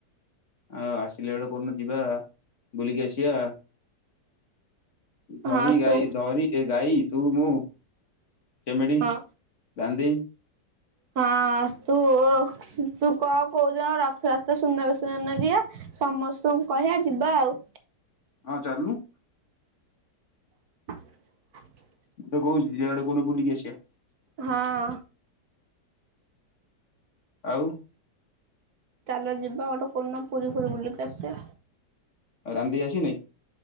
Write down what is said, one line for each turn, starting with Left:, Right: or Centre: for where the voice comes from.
Left: ହଁ ଆସିଲେ ବେଳକୁ କୋଉଦିନ ଯିବା ବୁଲିକି ଆସିବା ଧରି
Right: ହଁ
Left: ଗାଈ
Right: ତୁ
Left: ଧରି ଏ ଗାଈ ତୁ ମୁଁ ଚିମିଡ଼ି
Right: ହଁ
Left: ଗାନ୍ଧୀ
Right: ହଁ ତୁ ତୁ କହ କୋଉଦିନ ରଥ ଯାତ୍ରା ସୁନା ବେସ ଦିନ ଯିବା। ସମସ୍ତଙ୍କୁ କହିବା ଯିବା ଆଉ।
Left: ହଁ ଚାଲୁନୁ।
Right: <inaudible>
Left: ମୁଁ ତ କହୁଚି ଯିବା ଗୋଟେ କୋଉ ଦିନ ବୁଲିକି ଆସିବା।
Right: ହଁ।
Left: ଆଉ
Right: ଚାଲ ଯିବା ଗୋଟେ କୋଉ ଦିନ ପୁରୀ ଫୁୁର ବୁଲିକି ଆସିବା।
Left: ରାନୀ ଦେଇ ଆସୁନି?